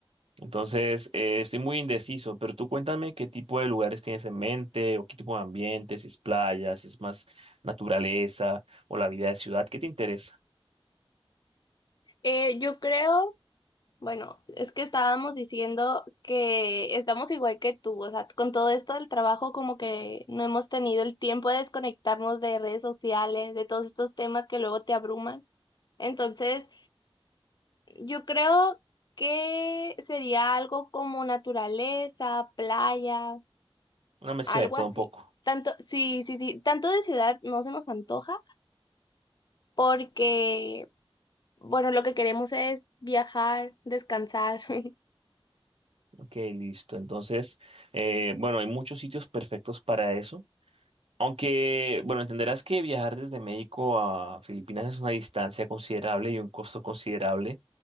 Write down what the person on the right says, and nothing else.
Entonces, eh, estoy muy indeciso, pero tú cuéntame qué tipo de lugares tienes en mente o qué tipo de ambiente, si es playa, si es más naturaleza o la vida de ciudad, ¿qué te interesa?
Una mezcla
de todo
un poco.
Ok, listo. Entonces, eh, bueno, hay muchos sitios perfectos para eso. Aunque, bueno, entenderás que viajar desde México a Filipinas es una distancia considerable y un costo considerable.